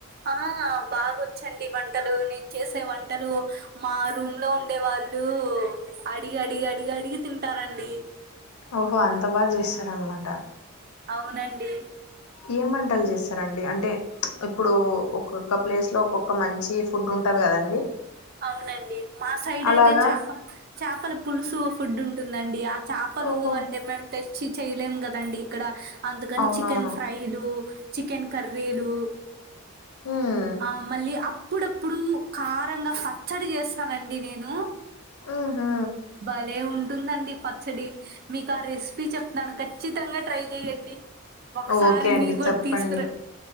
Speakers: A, on the right; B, on the left.
A: ఆ బాగొచ్చండి వంటలు నేను చేసే వంటలు మా రూమ్ లో ఉండే వాళ్ళు అడిగి అడిగి అడిగి అడిగి తింటారండి
B: ఓహో అంత బాగా చేస్తారన్నమాట
A: అవునండి
B: ఏం వంటలు చేస్తారండి అంటే ఇప్పుడు ఒక ఒక్క ప్లేస్ లో ఒక్కొక్క మంచి ఫుడ్ ఉంటది కదండి
A: అవునండి మా సైడ్
B: అలాగా
A: అయితే చాప చాపల పులుసు ఫుడ్ ఉంటుందండి చాపలు
B: ఓహో
A: అంటే మేము తెచ్చి చేయలేం కదండి ఇక్కడ అందుకని
B: అవునవును
A: చికెన్ ఫ్రైలు చికెన్ కర్రీలు
B: హ్మ్
A: ఆ మళ్ళీ అప్పుడప్పుడు కారంగా పచ్చడి చేస్తానండి నేను
B: ఊహూ
A: భలే ఉంటుందండి పచ్చడి మీకు ఆ రెసిపీ చెప్తాను ఖచ్చితంగా ట్రై చెయండి ఒకసారి
B: ఓకే అండి
A: మీరు కూడా
B: చెప్పండి
A: తీసుకుర